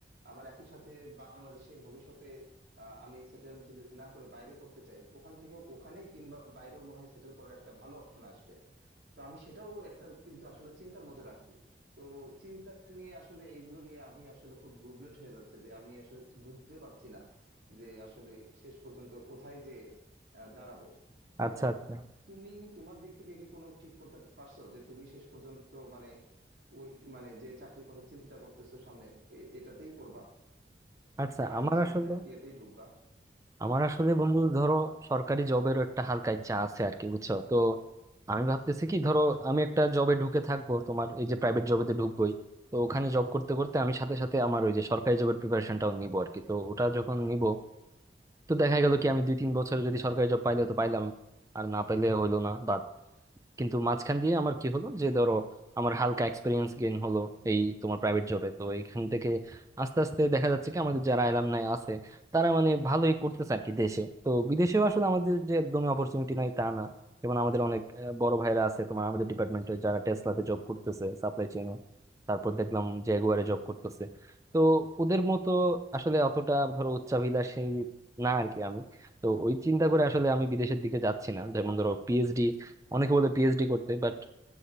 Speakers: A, on the right; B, on the right.
A: আবার একই সাথে বাংলাদেশে ভবিষ্যতে আহ, আমি সেটেল যদি না করে বাইরে করতে চাই ওখান থেকেও ওখানেই কিংবা বাইরেও মনে হয় সেটেল করার একটা ভালো অপশন আসবে তো আমি সেটাও একটা কিন্তু আসলে চিন্তার মধ্যে রাখছি তো চিন্তা নিয়ে আসলে এইগুলো নিয়ে আমি আসলে খুব গুবলেট হয়ে যাচ্ছে যে আমি আসলে বুঝতে পারছি না যে আসলে শেষ পর্যন্ত কোথায় যে আহ, দাঁড়াবো তো
B: আচ্ছা আচ্ছা
A: তুমি তোমার দিক থেকে কি কোনো ঠিক করতে পারছো যে তুমি শেষ পর্যন্ত মানে ওই মানে যে চাকরির কথা চিন্তা করতেছো সামনে এ- এটাতেই করবা
B: আচ্ছা
A: গার্মেন্টস
B: আমার
A: রিলেটেড
B: আসলে
A: ইয়েতেই ঢুকবা
B: আমার আসলে বন্ধু ধরো সরকারি জবেরও একটা হালকা ইচ্ছা আছে আর কি বুঝছো তো আমি ভাবতেছি কি ধরো আমি একটা জবে ঢুকে থাকবো তোমার এই যে প্রাইভেট জবেতে ঢুকবোই তো ওখানে জব করতে করতে আমি সাথে সাথে আমার ওই যে সরকারি জবের প্রিপারেশনটাও নিব আর কি তো ওটা যখন নিব তো দেখা গেল কি আমি দুই তিন বছরে যদি সরকারি জব পাইলে তো পাইলাম আর না পাইলে হইলো না কিন্তু মাঝখান দিয়ে আমার কি হলো যে ধরো আমার হালকা এক্সপিরিয়েন্স গেইন হলো এই তোমার প্রাইভেট জবে তো এইখান থেকে আস্তে আস্তে দেখা যাচ্ছে কি আমাদের যারা অ্যালামনাই আছে তারা মানে ভালোই করতেছে আর কি দেশে তো বিদেশেও আসলে আমাদের যে একদমই অপরচুনিটি নাই তা না যেমন আমাদের অনেক আহ, বড় ভাইরা আছে তোমার আমাদের ডিপার্টমেন্টে যারা টেসলাতে জব করতেছে সাপ্লাই চেইনে তারপর দেখলাম জেগুয়ারে জব করতেছে তো ওদের মতো আসলে অতটা ধরো উচ্চাভিলাষী না আর কি আমি তো ওই চিন্তা করে আসলে আমি বিদেশের দিকে যাচ্ছি না যেমন ধরো পিএইচডি অনেকে বলে পিএইচডি করতে বাট